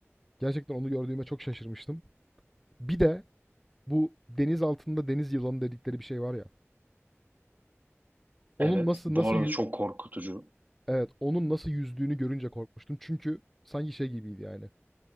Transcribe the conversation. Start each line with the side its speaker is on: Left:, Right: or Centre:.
Centre: Gerçekten onu gördüğüme çok şaşırmıştım. Bir de bu deniz altında deniz yılanı dedikleri bir şey var ya. Onun
Right: Evet.
Centre: nasıl
Right: Bu
Centre: nasıl
Right: arada
Centre: yü-
Right: çok korkutucu.
Centre: evet onun nasıl yüzdüğünü görünce korkmuştum. Çünkü sanki şey gibiydi yani.